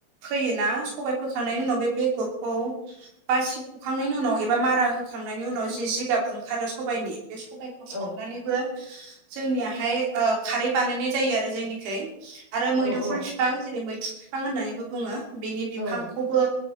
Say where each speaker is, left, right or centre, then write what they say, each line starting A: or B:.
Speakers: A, on the right; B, on the right.
A: फोयोना सबाय फोखांनायनि उनाव बे बेगर औ औ बासिख'खांनायनि उनाव एबा मारा होखांनायनि उनाव जि जे जिगाब ओंखारो सबाइनि बे सबाइखौ सावनानैबो
B: औ
A: जोंनिआहाय ओ खारै बानायनाय जायो आरो जोंनिखै आरो मोदोमफुल
B: औ
A: फि बिफां जेरै मैथ्रु बिफां होननानैबो बुङो बेनि बिफांखौबो
B: औ